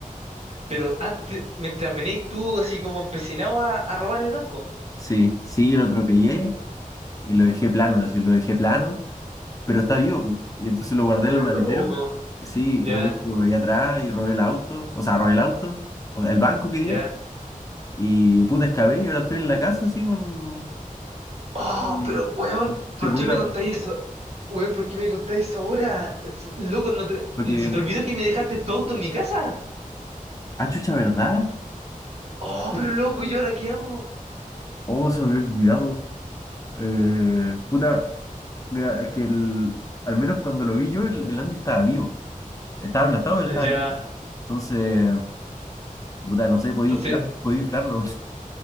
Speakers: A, on the right (about 45°); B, on the left (about 25°).
A: Pero antes, mientras venís tú así como empecinado a, a robar el banco.
B: Sí, sí, lo atropellé y lo dejé plano, así lo dejé plano, pero está vivo, pu. Y entonces lo guardé
A: Pero
B: en el maletero.
A: loco,
B: Sí,
A: ya,
B: lo dejo ahí atrás y robé el auto, o sea, robé el auto, o sea, el banco quería,
A: ya.
B: y puta escabé y ahora estoy en la casa así con...
A: Oh,
B: el-
A: pero weón,
B: con Este
A: ¿por
B: weón
A: qué me
B: apla-
A: contáis eso? Weón, ¿por qué me contáis eso ahora? Es- Loco, ¿no te-
B: porque,
A: ¿se te olvidó que me dejaste tu auto en mi casa?
B: ah, chucha, ¿verdad?
A: Oh, pero loco, ¿y ahora qué hago?
B: Oh, se me había olvidado. Eh, puta, mira, es que el, al menos cuando lo vi yo, el, el Andy estaba vivo. Estaba aplastado, pero
A: Ya.
B: estaba vivo. Entonces, puta, no sé, podía
A: Entonces,
B: inflar, podía inflarlo.